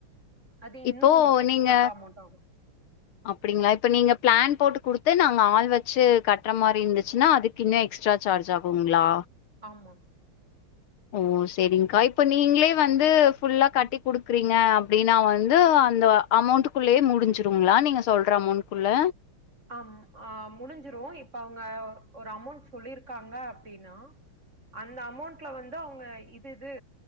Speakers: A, on the right; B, on the left.
A: அது இன்னு
B: இப்போ
A: உங்களுக்கு எக்ஸ்ட்ரா
B: நீங்க
A: தா அமௌண்ட் ஆகு
B: அப்டிங்களா இப்ப நீங்க பிளான் போட்டு குடுத்து நாங்க ஆள் வெச்சு கட்ற மாரி இருந்துச்சுன்னா அதுக் இன்னு எக்ஸ்ட்ரா சார்ஜ் ஆகுங்ளா
A: ஆமா
B: ஓ செரிங்கா இப்ப நீங்களே வந்து ஃபுல்லா கட்டி குடுக்குறீங்க அப்டின்னா வந் து அந்த அமௌண்டக்குள்ளயே முடிஞ்சிருங்களா நீங்க சொல்ற அமௌண்ட்குள்ள
A: ஆம் ஆ முடிஞ்சிரு இப்ப அவங்க ஒரு அமௌண்ட் சொல்லியிருக்காங்க அப்டின்னா அந்த அமௌண்ட்ல வந்து அவுங்க இது இது